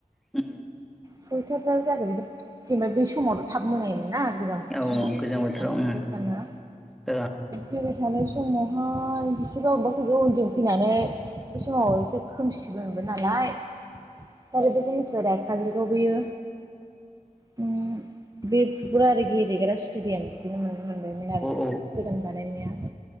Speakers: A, in the centre; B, on the right (about 25°).
A: उ।
B: सयथा थार जादोमोन बे जेनेबा बै समाव थाब मोनायोमोन ना। गोजां बोथोर
A: औ
B: समाव
A: गोजां बोथोराव
B: खसथ'
A: उम
B: जाथारोना
A: औ
B: बेबाय थानाय समावहाय बिसोबा अबेबाफोर उनजों फैनानै बे समाव एसे खोमसिबो मोनबो नालाय। काजलगांव खौ मिनथिबायदा काजलगांव बियो। उ बे <unintelligible> गेलेग्रा स्टेडियाम। बिदिनो नुनो मोनबायमोन आरो
A: औ
B: गोदान बानायनाया